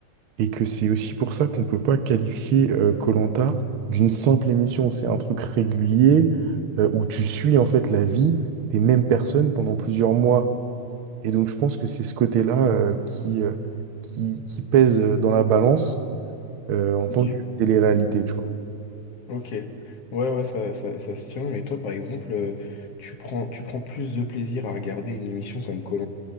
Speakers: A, on the right; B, on the left.
A: Et que c'est aussi pour ça qu'on peut pas qualifier koh d'une simple émission. C'est un truc régulier euh, où tu suis en fait la vie des mêmes personnes pendant plusieurs mois. Et donc je pense que c'est ce côté-là euh, qui, euh, qui, qui pèse dans la balance euh, en tant
B: ok,
A: que télé-réalité, tu vois.
B: ok. Ouais, ouais, ça, ça, ça se tient. Mais toi, par exemple, euh, tu prends, tu prends plus de plaisir à regarder une émission comme koh